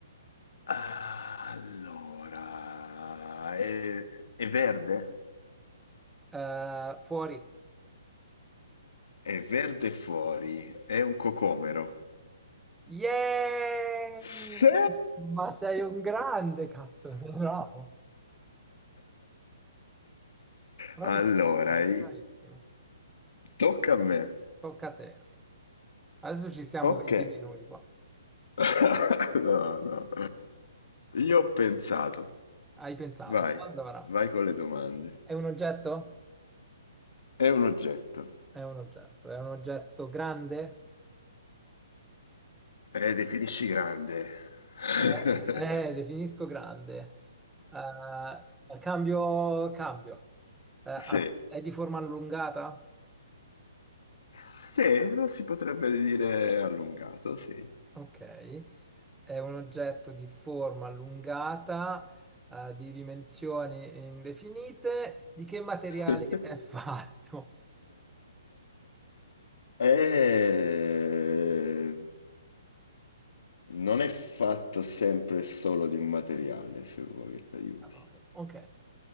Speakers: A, on the left; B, in the centre.
A: Ah, Allora, è, è verde?
B: Eh, fuori.
A: È verde fuori, è un cocomero.
B: Yeah!
A: Sì!
B: Ma sei un grande, cazzo, sei bravo. Bravissimo,
A: Allora, i-
B: bravissimo.
A: tocca a me.
B: Tocca a te. Adesso ci stiamo
A: Ok.
B: 20 minuti qua.
A: <laughs> No, no. Io ho pensato.
B: Hai pensato.
A: Vai,
B: Allora,
A: vai con le domande.
B: è un oggetto?
A: È un oggetto.
B: È un oggetto. È un oggetto grande?
A: Eh, definisci grande. <laughs>
B: Eh, eh, definisco grande. Eh, cambio, cambio. Eh, ah,
A: Sì.
B: è di forma allungata?
A: Sì, lo si potrebbe dire allungato, sì.
B: Ok. È un oggetto di forma allungata, eh, di dimensioni indefinite. Di che materiale
A: <laughs>
B: è <laughs> fatto?
A: Eh, non è fatto sempre solo di un materiale, se vuoi che ti aiuti.
B: Porca troia. Ok,